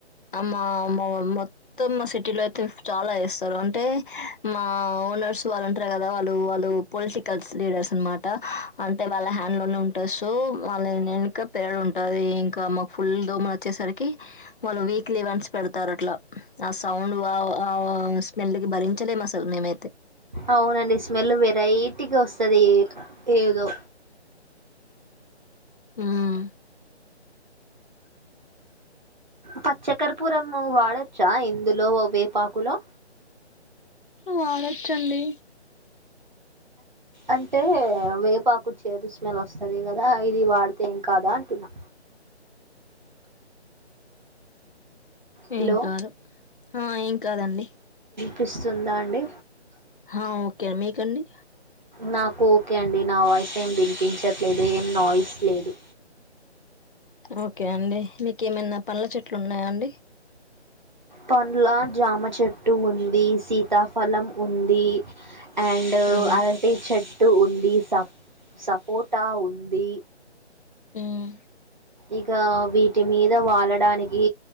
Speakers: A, on the left (about 50°); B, on the right (about 40°).
A: అమ్మా మా మొత్తం మా సిటీలో అయితే చాలా వేస్తారు అంటే మా ఓనర్స్ వాళ్ళు ఉంటారు కదా వాళ్ళు వాళ్ళు పొలిటికల్స్ లీడర్స్ అనమాట అంటే వాళ్ళ హే దాంలోనే ఉంటాయి సో వాళ్ళ వెక పేడు ఉంట టదే ఇంకా మాకు ఫుల్ దోమలు వచ్చేసరికి వాళ్ళు వీక్లీ వన్స్ పెడతారు అట్లా ఆ సౌ సౌండ్ వా స్మెల్ కి భరించలేమ అసలు మేమయితే
B: అవునండి స్మెల్ వెరైటి గొస్తది ఏదో
A: మ్
B: పచ్చకర్పురము వాడొచ్చా ఇందులో వేపాకులో
A: వాడొచ్చండి
B: అంటే వేపాకు చేదు స్మెల్ వస్తది కదా ఇది వాడితే ఏం కాదా అంటున్నా హలో
A: ఏం కాదు ఆ ఏం కాదండి
B: పిస్తుందా అండి
A: హా ఓకేం మీకండి
B: నాకు ఓకే అండి నా వాయిస్ ఏం వినిపించట్లేదు ఏం నాయిస్ లేదు
A: ఓకే అండి మీక ఏమైనా పండ్ల చెట్లు ఉన్నాయా అండి
B: పండ్ల జామ చెట్టు ఉంది సీతాఫలం ఉంది అండ్
A: ఆ!
B: అరటి చెట్టు ఉంది స సపోటా ఉంది
A: మ్
B: ఇక వీటి మీద వాళడానికి